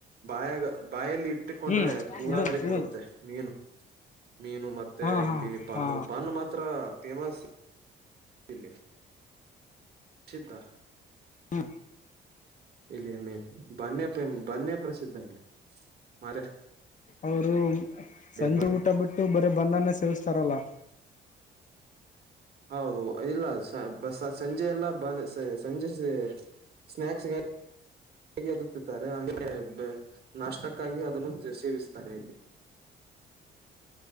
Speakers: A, on the right; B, on the left.
A: ಬಾಯ ಬಾಯಲ್ಲಿ ಇಟ್ಟಕೊಂಡ್ರೆ
B: ಹ್ಮ್
A: ಪೂರಾ
B: ಇದು
A: ಕರಿಗ್
B: ಇದು
A: ಬಿಿಡುತ್ತೆ ಮೀನು ಮೀನು ಮತ್ತೆ
B: ಹಾ ಹಾ
A: ಇಲ್ಲಿ ಬ್ಣ
B: ಹಾ
A: ಬನ್ ಮಾತ್ರ ಫೇಮಸ್ ಇಶ್ ಸಿದ್ಧ
B: ಹಾ
A: ಇಲ್ಲಮ್ಮೆ ಬನ್ನೆ ಬನ್ನೇ ಪ್ರಸಿದ್ಧ ಇಲ್ಲಿ ಮರ
B: ಅವರು ಸಂಜೆ
A: ಬ
B: ಊಟ ಬಿಟ್ಟು ಬರೇ ಬಧನ ಸಲ್ಲಸ್ತಾರಲ್ಲ
A: ಹೌದು ಇಲ್ಲ ಸಂಜೆಯೆಲ್ಲ ಬ ಸಂಜೆ ಸ್ನಾಕ್ಸ್ ಅದು ತಿತ್ತಾರೆ ಆೇಲೆ ನಾಷ್ಟಕ್ಕಾಗಿ ಅದನ್ನು ಸೇವಿಸ್ತಾರೆ ಇಲ್ಲಿ